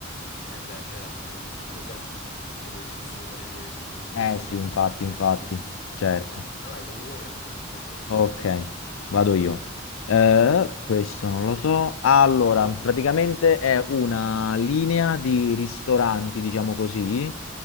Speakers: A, on the left; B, on the left.
A: Eh beh, certo, comunque. Però, diciamo, non ci possiamo fare niente. Sono,
B: Eh
A: sono
B: sì,
A: queste
B: infatti,
A: le parole
B: infatti,
A: da dire.
B: certo.
A: Vai, vai, quando vuoi, tranquillo, tocca a te.
B: Ok, vado io. Eh, questo non lo so. Allora, praticamente è una linea di ristoranti, diciamo così, eh,